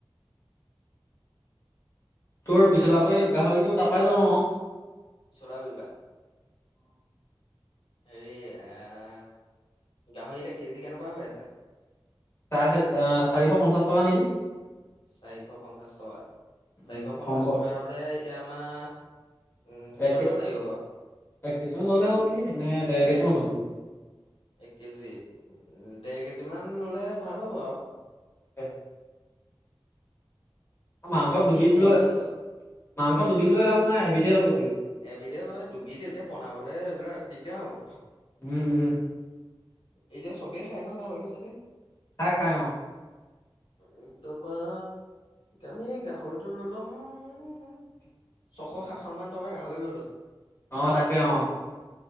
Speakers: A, on the left; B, on the left.
A: তোৰ পিছলাকৈ গাহৰিটো তাৰ পৰাই লৈ লম আও
B: চলাগুৰিৰপা হেৰি--আঁ--হ গাহৰি এতিয়া কেজি কেনেকুৱা হৈ আছে?
A: চাৰে চাৰি আঁ চাৰিশ পঞ্চাশ টকা নেকি?
B: চাৰিশ পঞ্চাছ টকা। চাৰিশ
A: উম,
B: পঞ্চাছ
A: সম্ভৱ
B: টকা হ'লে এতিয়া আমাৰ উম, কিমান
A: এক
B: মান লাগিব বাৰু?
A: এক কেজ মান লম। ল'লে হ'ল নেকি, নে দেৰ কেজিমান
B: এ
A: ল'বি?
B: এক কেজি, দেৰ কেজি মান ল'লে ভাল হ'ব আৰু।
A: এক মাংস
B: আমি
A: দুবিধ
B: হেৰিমান
A: লৈ মাংস দুবিধ লৈ লাভ নাই, এবিধে ল'ব লাগিব।
B: এবিধে ল' এ দুবিধ এতিয়া বনাবলে এইবিলাক দিগ্‌দাৰ হ'ব।
A: উম, উম।
B: এতিয়া চবেই খাই ন' গাহৰিটো চাগে?
A: খাই, খাই অঁ।
B: উম--তাৰপৰা আমি গাহৰিটো ললুং অঁও ছশ, সাতশ মান টকাৰ গাহৰি ল'লো।
A: অঁ তাকে অঁ।